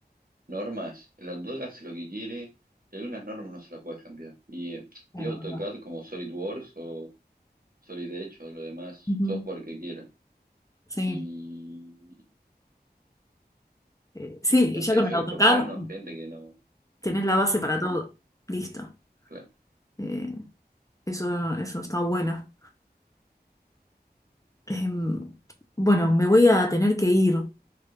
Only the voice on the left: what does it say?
Claro,
claro.
Ujú,
Sí,
Eh, sí,
y ya
con
el
AutoCAD
tenés la base para
todo. Listo.
Eh, eso, eso está bueno. Em, bueno, me voy a tener que ir.